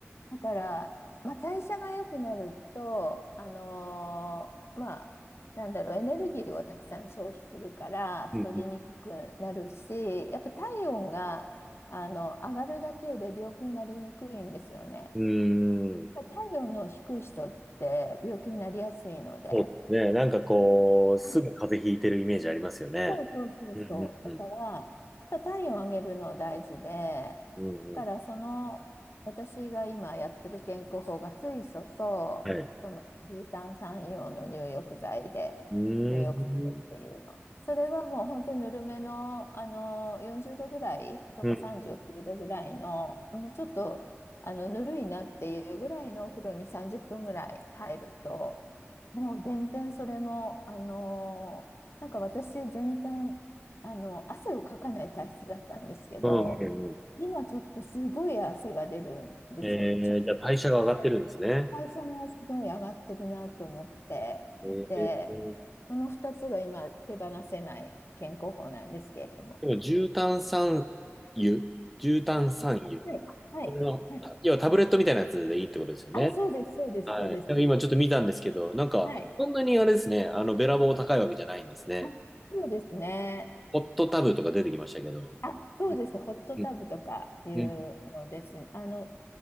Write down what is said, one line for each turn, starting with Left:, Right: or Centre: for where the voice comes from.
Left: だから、まあ、代謝が良くなると、あのーまあ、なんだろう、エネルギーをたくさん消費するから太りにくくなるし、
Centre: うん
Left: やっぱ体温があの上がるだけで病気になりにくいんですよね。
Centre: うん、うーん。
Left: 体温の低い人って病気になりやすいので。
Centre: そうですね。なんかこう、すぐ風邪ひいてるイメージありますよね。
Left: はいそうそうそうそう。
Centre: うん、
Left: だから、
Centre: うん、うん、
Left: やっぱ体温を上げるの大事で、
Centre: うん、
Left: だからその、
Centre: うん。
Left: 私が今やってる健康法が水素と、
Centre: はい。
Left: その重炭酸イオンの入浴剤で入浴するっていうの。
Centre: うーん。
Left: それはもう本当にぬるめの、あの40度ぐらいとか39度ぐらいの、
Centre: うん、う
Left: もうちょっとあのぬるいなっていうぐらいのお風呂に30分ぐらい入ると、もう全然それも、あのなんか私、全然、あの、汗をかかない体質だったんですけど、
Centre: ん、うん、うん。
Left: 今ちょっとすごい汗が出るんですよ。
Centre: え
Left: ちょっとしたことで。
Centre: ー、じゃあ代謝が上がってるんですね。
Left: 代謝もすごい上がってるなと思っていて、
Centre: えー、
Left: その2つが今手放せない健康法なんですけれども。
Centre: でも、重炭酸油、重炭酸油。
Left: はい、はい、
Centre: この、
Left: はい。
Centre: た要はタブレットみたいなやつでいいってことですよね。
Left: あ、そうです、そうです、
Centre: はい。
Left: そうです。
Centre: 今ちょっと見たんですけど、なんか、
Left: はい。
Centre: そんなにあれですね、あの、べらぼう高いわけじゃないんですね。
Left: あ、そうですね。
Centre: ホットタブとか出てきましたけど。
Left: あ、そうです。
Centre: うん
Left: ホットタブとかいうのですね。
Centre: うんうん
Left: あの、